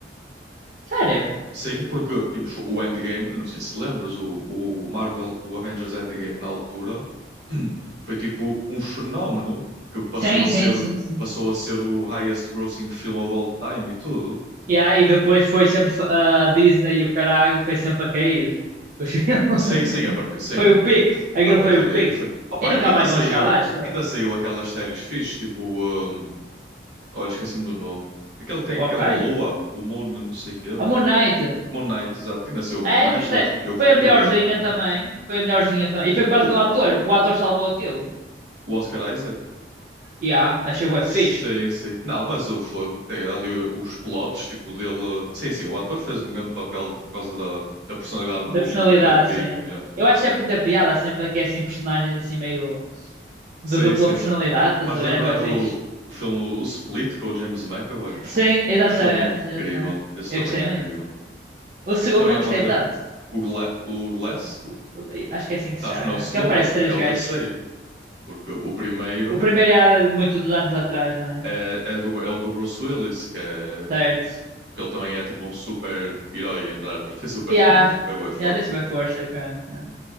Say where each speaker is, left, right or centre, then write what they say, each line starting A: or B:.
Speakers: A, on the right; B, on the right.
A: Sério?
B: Sim, porque e, pf, o Endgame, eu não sei se lembras, o, o Marvel, o Avengers Endgame na altura <clears throat> foi tipo um fenómeno que passou
A: Sim,
B: a
A: sim,
B: ser,
A: sim, sim.
B: passou a ser o highest grossing film of all time e tudo.
A: Yeah, E aí depois foi sempre a Disney e o caralho foi sempre a cair. Os <laughs> filmes.
B: Sim, sim, a partir, sim,
A: Foi o pique.
B: tipo,
A: Aquilo
B: a partir
A: foi o
B: daí
A: pique.
B: foi. Opa,
A: E nunca
B: ainda
A: mais
B: saiu,
A: vão chegar lá, acho eu.
B: ainda saiu aquelas séries fixe, tipo, hum, olha, esqueci-me do nome. Aquele que tem
A: Ok.
B: que é uma lua, o Moon, não sei o quê.
A: A Moon Knight.
B: Moon Knight, exato. E nasceu o Moon
A: É,
B: Knight,
A: gostei.
B: eu curti, eu curti
A: Foi a melhorzinha
B: o é do Moon
A: também.
B: Knight.
A: Foi a melhorzinha também.
B: Sim,
A: E foi por causa
B: o,
A: do ator. O ator salvou aquilo.
B: o Oscar Isaac.
A: E yeah, achei bué
B: Sim,
A: fixe.
B: sim. Não, mas o fogo tem ali os plotos, tipo dele. Sim, sim, o ator fez um grande papel por causa da, da personalidade
A: Da
B: múltipla
A: personalidade,
B: que ele tinha.
A: sim.
B: yeah, yeah.
A: Eu acho sempre muita piada, sempre que é assim personagens assim meio de
B: Sim,
A: dupla
B: sim.
A: personalidade, estás
B: Faz
A: a
B: lembrar
A: ver? É bué fixe.
B: o, o filme O Split com o James McAvoy.
A: Sim, exatamente,
B: Que filme incrível.
A: exatamente.
B: Esse
A: Eu
B: filme
A: gostei
B: é incrível.
A: muito. O segundo
B: Também
A: não
B: é
A: gostei
B: uma. tri-
A: tanto.
B: O, Gla... o Glass,
A: O- o- Acho que é assim que
B: sabes
A: se chama,
B: que
A: yeah.
B: não é o segundo,
A: Que aparece
B: é o, ter-
A: três
B: é o
A: gajos.
B: terceiro. Porque o primeiro
A: O primeiro é há de- muito dos anos atrás, não é?
B: é, é, do, é o do Bruce Willis, que é
A: Certo.
B: Porque ele também é tipo um super herói, entre aspas. <laughs> Tem super
A: e Yeah,
B: poderes, tipo, é bué forte.
A: tem super força. e caralho, yeah.